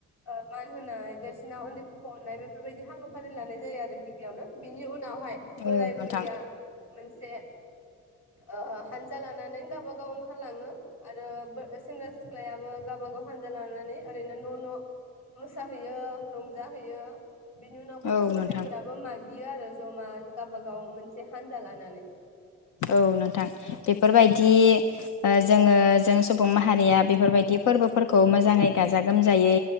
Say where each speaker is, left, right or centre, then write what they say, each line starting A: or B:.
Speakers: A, on the left; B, on the left.
A: ओ मान होनाय देरसिना उन्दैफोरखौ अननाय बेफोरबायदि हाबाफारि लानाय जायो आरो गिबियावनो बिनि उनाव फाय
B: औ
A: बोराइ
B: नोंथां
A: बुरैआ मोनसे ओ हानजा लान नानै गावबा गाव ओंखारलाङो आरो बो सेंग्रा सिख्लायाबो गावबा गाव हानजा लाना नै ओरैनो न' न' मोसाहैयो रंजाहैयो। बिनि उनाव गथ'
B: औ
A: गथाइफोराबो
B: नोंथां
A: माग गियो आरो जमा <unintelligible> गाव मोनसे हानजा लानानै।
B: औ नोंथां बेफोरबायदि ओ जोङो जों सुबुं माहारिया बेफोरबायदि फोरबोफोरखौ मोजाङै गाजा गोमजायै